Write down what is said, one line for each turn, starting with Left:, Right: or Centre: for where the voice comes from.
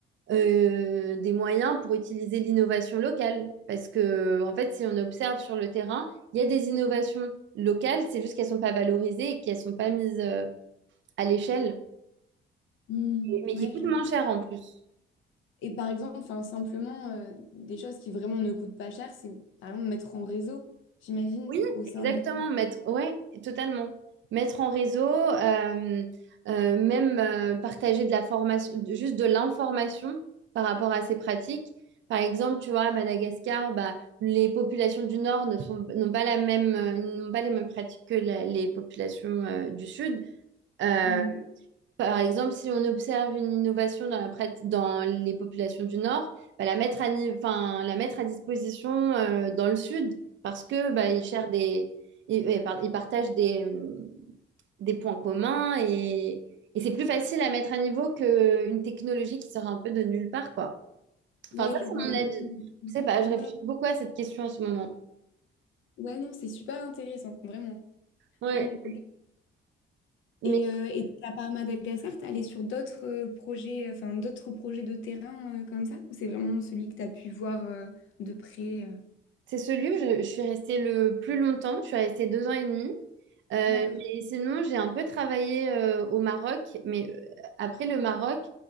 Right: euh, des moyens pour utiliser l'innovation locale. Parce que, en fait, si on observe sur le terrain, il y a des innovations locales, c'est juste qu'elles ne sont pas valorisées et qu'elles ne sont pas mises euh, à l'échelle,
Left: mm.
Right: mais
Left: Ouais,
Right: qui coûte
Left: je vois.
Right: moins cher en plus.
Left: Et par exemple, enfin, simplement, euh, des choses qui vraiment ne coûtent pas cher, c'est par exemple mettre en réseau, j'imagine,
Right: Oui,
Left: au sein
Right: Exactement,
Left: des...
Right: mettre, ouais, totalement. Mettre en réseau, euh, euh, même euh, partager de la formation, de- juste de l'information par rapport à ces pratiques. Par exemple, tu vois, à Madagascar, bah, les populations du Nord ne sont, n'ont pas la même, euh, n'ont pas les mêmes pratiques que la- les populations euh, du Sud. Euh,
Left: Mm.
Right: Par exemple, si on observe une innovation dans la prat- dans les populations du Nord, bah, la mettre à, ni- enfin, la mettre à disposition euh, dans le Sud parce que bah, ils cherchent des, ils, euh, par- ils partagent des, euh, des points communs et, et c'est plus facile à mettre à niveau qu'une technologie qui sort un peu de nulle part, quoi.
Left: Ouais,
Right: Enfin, ça,
Left: je
Right: c'est
Left: vois.
Right: mon
Left: Ou-
Right: avis. Je sais pas, je
Left: Ouais,
Right: réfléchis beaucoup à cette question en ce moment.
Left: ouais, non, c'est super intéressant, vraiment.
Right: Ouais.
Left: Non, non,
Right: Mais
Left: Et, euh, et donc, à part Madagascar, t'es allé sur d'autres euh, projets, euh, enfin d'autres projets de terrain euh, comme ça? Ou c'est vraiment celui que t'as pu voir euh, de près? euh
Right: c'est ce livre, je, je suis restée le plus longtemps, je suis restée deux ans et demi. Euh,
Left: D'accord.
Right: mais sinon, j'ai un peu travaillé euh, au Maroc, mais euh, après le Maroc,